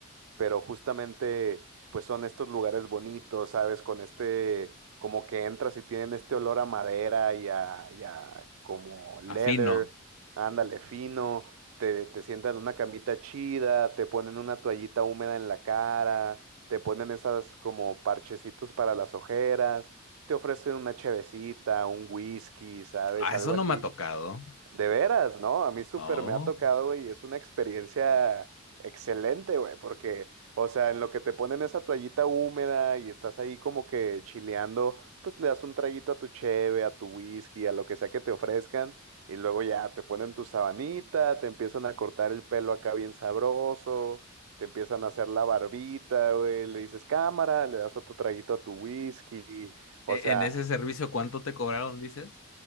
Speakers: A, on the right; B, on the left.
A: pero justamente pues son estos lugares bonitos, ¿sabes? Con este, como que entras y tienen este olor a madera y a, y a como leather,
B: afino.
A: ándale fino, te, te sientan en una camita chida, te ponen una toallita húmeda en la cara, te ponen esas como parchecitos para las ojeras, te ofrecen una chevecita, un whisky, ¿sabes?
B: Ah,
A: Algo
B: eso no
A: así
B: me ha tocado.
A: de veras, ¿no? A mí súper
B: Oh.
A: me ha tocado güey, y es una experiencia excelente, güey, porque, o sea, en lo que te ponen esa toallita húmeda y estás ahí como que chileando, pues le das un traguito a tu cheve, a tu whisky, a lo que sea que te ofrezcan, y luego ya te ponen tu sabanita, te empiezan a cortar el pelo acá bien sabroso, te empiezan a hacer la barbita, güey, le dices cámara, le das otro traguito a tu whisky, o
B: E-
A: sea,
B: En ese servicio, ¿cuánto te cobraron, dices?